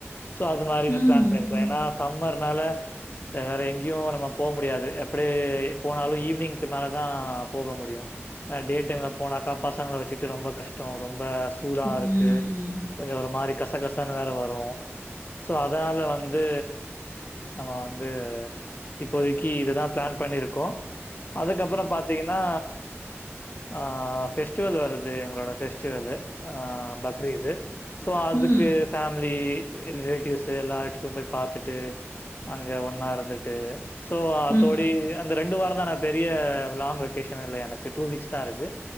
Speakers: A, on the left; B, on the left.
A: சோ அது மாறி
B: ம். ம்.
A: பிளான் பண்ணியிருக்கோ ஏன்னா சம்மர்னால வேற எங்கயு நம்ம போ முடியாது அப்படியே போனாலும் ஈவினிங் மேலதா போக முடியும் அ டே டைம்ல போனாக்கா பசங்கள வச்சுட்டு ரொம்ப கஷ்டோ ரொம்ப சூடா
B: ம்
A: இருக்கு
B: ம் ம்
A: கொஞ்சோ ஒரு மாறி கசகசன்னு வேற வரும் சோ அதனால வந்து நம்ம வந்து இப்போதைக்கு இதுதா பிளான் பண்ணியிருக்கோ அதுக்கப்பறோ பாத்தீங்கன்னா ஆ ஃவெஸ்டிவல் வரு து எங்களோட ஃபெஸ்டிவல்லு ஆ பக்ரீது சோ அதுக்கு
B: ம்.
A: ஃபேமிலி ரிலேட்டிவ்ஸ் எல்லா வீட்டுக்கும் போயி பாத்துட்டு அங்க ஒன்னா இருந்துட்டு சோ அதோடயே
B: ம்ஹ்ம்.
A: இந்த ரெண்டு வாரந்தா நா பெரிய லாங் வொக்கேஷன் இல்ல எனக்கு டூ வீக்ஸ் தா இருக்கு